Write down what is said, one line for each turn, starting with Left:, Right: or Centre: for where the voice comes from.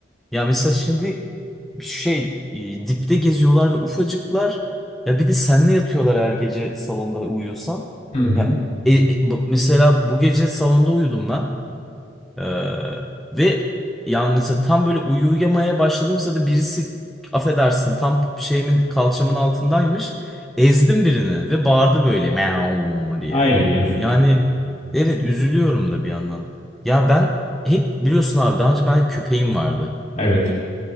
Centre: Ya mesela şimdi şey e, dipte geziyorlar ve ufacıklar. Ya bir de senle yatıyorlar her gece salonda uyuyorsan.
Left: Hı hı.
Centre: Ya e, e, bu- mesela bu gece salonda uyudum ben. Ee, ve yani mesela tam böyle uyu- uyuyamaya başladığım sırada birisi affedersin tam şeyimin kalçamın altındaymış. Ezdim birini ve bağırdı böyle meow diye.
Left: Ay yazık.
Centre: Yani evet üzülüyorum da bir yandan. Ya ben hep biliyorsun abi daha önce ben köpeğim vardı.
Left: Evet.